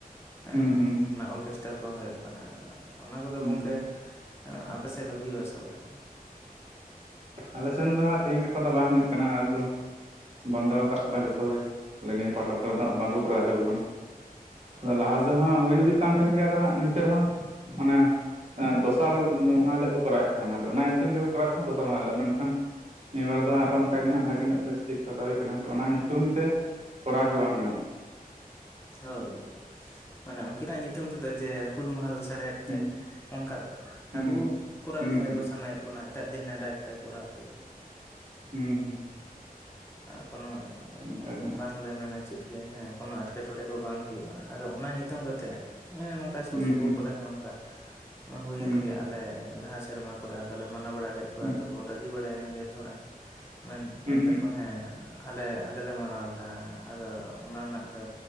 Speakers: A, on the left; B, on the right.
A: ᱦᱮᱸ
B: ᱦᱩᱸ ᱦᱩᱸ ᱦᱩᱸ
A: ᱚᱱᱟ ᱚᱞᱜᱮᱥᱴᱟᱨ ᱠᱚᱸ ᱦᱳᱭᱳᱜ ᱠᱟᱱᱟ ᱚᱱᱟ ᱠᱚᱫᱚ
B: ᱦᱩᱸ
A: ᱜᱚᱝᱠᱮ ᱟᱯᱮ ᱥᱮᱫ ᱫᱚ ᱦᱳᱭᱳᱜ ᱟᱥᱮ ᱵᱟᱝ
B: ᱟᱞᱮ ᱥᱮᱱ ᱫᱚ ᱦᱟᱸᱜ ᱛᱮᱦᱮᱧ ᱜᱟᱯᱟ ᱫᱚ ᱵᱟᱝ ᱦᱳᱭᱳᱜ ᱠᱟᱱᱟ ᱟᱨᱠᱚ ᱵᱚᱱᱫᱚ ᱠᱟᱫ ᱠᱚᱣᱟ ᱡᱚᱛᱚ ᱟᱞᱮ ᱱᱤᱭᱟᱹ ᱯᱟᱦᱟᱴᱟ ᱠᱚᱨᱮ ᱫᱚᱜ ᱵᱟᱝᱠᱚ ᱠᱚᱨᱟᱣ ᱦᱚᱪᱚ ᱠᱚ ᱠᱟᱱᱟ ᱞᱟᱦᱟ ᱫᱚᱦᱟᱸᱜ ᱦᱳᱭ ᱫᱚ ᱦᱳᱭᱳᱜ ᱠᱟᱱ ᱛᱟᱦᱮᱱ ᱜᱮᱭᱟ ᱦᱟᱸᱜ ᱤᱱᱛᱮ ᱨᱮᱦᱚᱸ ᱚᱱᱮ ᱫᱚᱥᱟᱨ ᱢᱟᱦᱟ ᱦᱤᱞᱳᱜ ᱠᱚᱨᱟᱣᱮᱫ ᱛᱟᱦᱮᱱᱟ ᱚᱱᱟ <unintelligible> <unintelligible> ᱫᱚᱥᱟᱨ ᱢᱟᱦᱟᱸ ᱦᱤᱞᱳᱼᱟ ᱢᱮᱱᱠᱷᱟᱱ ᱱᱤᱭᱟᱹᱵᱟᱨ ᱫᱚ ᱟᱨᱚ ᱚᱱᱠᱟ
A: ᱦᱩᱸ
B: ᱜᱮ ᱦᱟᱸᱜ ᱵᱷᱟᱜᱮ ᱧᱚᱜ ᱛᱮᱥ ᱴᱤᱠ ᱠᱟᱛᱷᱟ ᱦᱳᱭ ᱠᱟᱱᱟ ᱡᱮ ᱚᱱᱟ ᱧᱩᱛᱩᱢ ᱛᱮ ᱠᱚᱨᱟᱣ ᱜᱮ ᱵᱟᱝ ᱜᱟᱱᱚᱜᱼᱟ
A: ᱦᱳᱭ ᱢᱟᱱᱮ ᱩᱱᱠᱤᱱᱟᱜ ᱧᱩᱛᱩᱢ ᱛᱮᱫᱚ ᱡᱮ ᱦᱩᱞ ᱢᱟᱦᱟ ᱞᱮ ᱛᱮᱲᱮᱫ
B: ᱦᱩᱸ
A: ᱛᱮ ᱚᱱᱠᱟ ᱫᱚ ᱵᱟ
B: ᱦᱩᱸ
A: ᱟᱵᱩ ᱠᱚᱨᱟᱣ
B: ᱦᱩᱸ
A: ᱡᱟᱦᱟᱸᱭ
B: ᱦᱩᱸ
A: ᱠᱚ ᱥᱟᱱᱟᱭᱮᱜ ᱵᱚᱱᱟ ᱮᱴᱟᱜ ᱫᱤᱱ ᱱᱮᱰᱟᱭ ᱯᱮ ᱠᱚᱨᱟᱣ ᱯᱮ
B: ᱦᱩᱸ ᱦᱩᱸ
A: ᱩᱸ ᱠᱳᱱᱚ
B: ᱚᱱᱠᱟ ᱜᱮ ᱦᱟᱸᱜ
A: ᱵᱟᱝᱞᱮ ᱢᱮᱱᱟ ᱪᱮᱫ ᱜᱮ ᱦᱮᱸ ᱠᱳᱱᱚ ᱮᱴᱠᱮᱴᱚᱬᱮ ᱠᱚ ᱵᱟᱝ ᱦᱳᱭᱳᱜᱼᱟ ᱟᱫᱚ ᱚᱱᱟ ᱧᱩᱛᱩᱢ ᱠᱟᱛᱮᱜ ᱮ ᱱᱚᱠᱟ ᱥᱩᱨ
B: ᱦᱩᱸ
A: ᱥᱩᱯᱩᱨ
B: ᱦᱩᱸ
A: ᱠᱚᱨᱮ ᱦᱚᱸ ᱚᱱᱠᱟ ᱱᱚᱣᱟ ᱦᱩᱭᱮᱱ
B: ᱦᱩᱸ
A: ᱜᱮᱭᱟ ᱟᱞᱮ ᱞᱟᱦᱟ ᱥᱮᱨᱢᱟ ᱠᱚᱨᱮ ᱟᱫᱚ ᱞᱮ ᱢᱟᱱᱟ ᱵᱟᱲᱟ ᱠᱮᱫ ᱠᱚᱣᱟ
B: ᱦᱩᱸ
A: ᱟᱫᱚ ᱠᱚ ᱨᱟᱹᱜᱤ ᱵᱟᱲᱟᱭᱮᱱ ᱜᱮ ᱛᱷᱚᱲᱟ ᱢᱮᱱ ᱢᱮᱱ
B: ᱦᱩᱸ
A: ᱫᱟᱠᱚ
B: ᱦᱩᱸ
A: ᱦᱮᱸ ᱟᱞᱮ ᱟᱞᱮᱞᱮ ᱢᱟᱱᱟᱣᱫᱟ ᱟᱫᱚ ᱚᱱᱟ ᱱᱟᱜ ᱟᱫᱚ